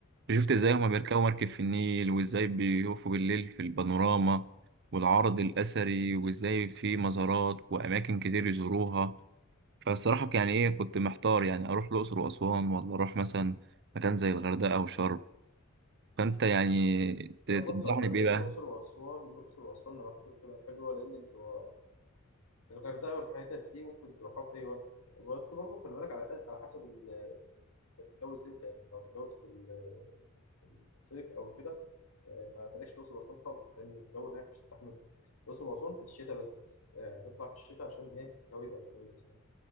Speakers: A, on the right; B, on the left.
A: شفت ازاي هما بيركبوا مركب في النيل وازاي بيقفوا بالليل في البانوراما والعرض الاثري وازاي في مزارات واماكن كتير يزوروها فالصراحه يعني ايه كنت محتار يعني اروح الاقصر واسوان ولا اروح مثلا مكان زي الغردقه او شرم فانت يعني ت-
B: انا
A: تنصحني
B: بص اعتقد
A: بايه
B: يعني
A: بقى
B: الاقصر واسوان الاقصر واسوان أنا اعتقد بتبقى حلوه لان انتوا الغردقه والحتت دي ممكن تروحها في اي وقت بس برضه خلي بالك على على حسب انت هتتجوز امتى يعني لو هتتجوز في ال- في الصيف او كده آه، ما بلاش الاقصر واسوان خالص لان الجو هناك مش هتستحمله الاقصر واسوان في الشتاء بس آه، نطلع في الشتاء عشان ايه الجو يبقى كويس يعني